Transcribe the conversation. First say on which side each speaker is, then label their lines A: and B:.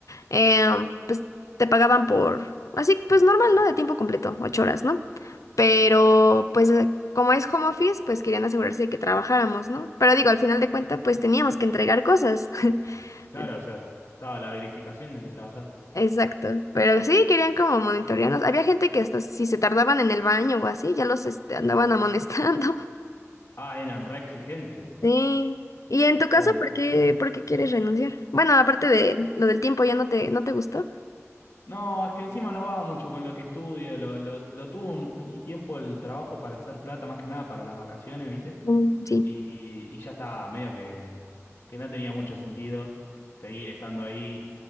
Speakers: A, on the left; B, on the left.
A: eh, pues te pagaban por, así pues normal, ¿no? De tiempo completo, ocho horas, ¿no? Pero pues eh, como es home office, pues querían asegurarse de que trabajáramos, ¿no? Pero digo, al final de cuentas, pues teníamos que entregar cosas. <laughs>
B: Claro, o sea, estaba la verificación de que trabajaste.
A: Exacto, pero sí querían como monitorearnos. Había gente que hasta si se tardaban en el baño o así, ya los este, andaban amonestando. <laughs>
B: Ah, eran re exigentes.
A: Sí. ¿Y en tu caso,
B: Um,
A: por qué, por qué quieres renunciar? Bueno, aparte de
B: no,
A: lo del tiempo, ¿ya no te, no te gustó?
B: no, es que encima no va mucho con lo que estudio. Lo, lo, lo tuve un, un tiempo el trabajo para hacer plata, más que nada para las vacaciones, ¿viste?
A: Mm, Sí.
B: y, y ya estaba medio que, que no tenía mucho sentido seguir estando ahí.